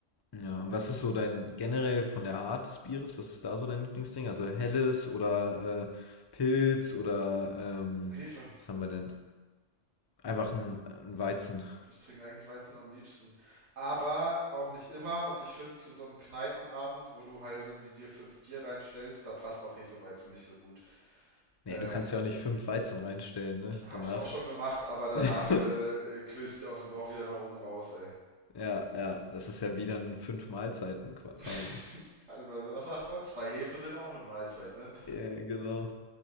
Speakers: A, on the left; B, on the right.
A: ja, und was ist so dein generell von der Art des Bieres? Was ist da so dein Lieblingsding? Also helles oder äh, Pilz oder ähm,
B: Hefe.
A: was haben wir denn? Einfach ein, ein Weizen.
B: Ich trinke eigentlich Weizen am liebsten. Aber auch nicht immer. Und ich finde, zu so einem Kneipenabend, wo du halt irgendwie dir fünf Bier reinstellst, da passt auch Hefeweizen nicht so gut.
A: Nee,
B: Ähm,
A: du kannst ja auch nicht fünf Weizen reinstellen, ne?
B: Habe
A: Danach.
B: ich auch schon gemacht, aber danach
A: <laughs>
B: äh, äh, quillst du aus dem Bauch wieder nach oben raus, ey.
A: Ja, ja, das ist ja wieder ein fünf Mahlzeiten qua- quasi.
B: <laughs> Also, was sagt man? Zwei Hefe sind auch eine Mahlzeit, ne?
A: Ja, genau.